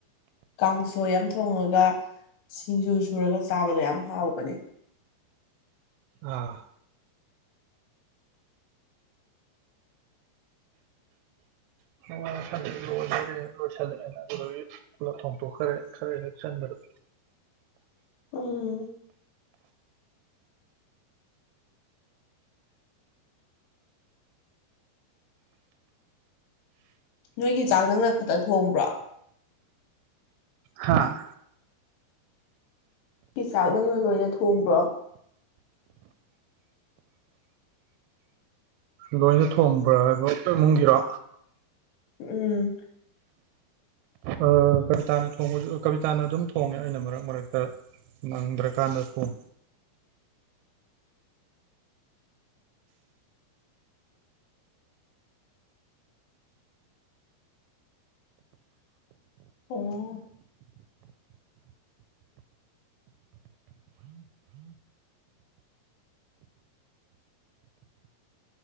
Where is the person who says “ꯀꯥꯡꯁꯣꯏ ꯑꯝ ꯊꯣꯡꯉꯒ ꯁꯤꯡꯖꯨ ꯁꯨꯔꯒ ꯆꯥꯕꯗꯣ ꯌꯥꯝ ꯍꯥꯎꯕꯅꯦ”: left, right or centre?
Left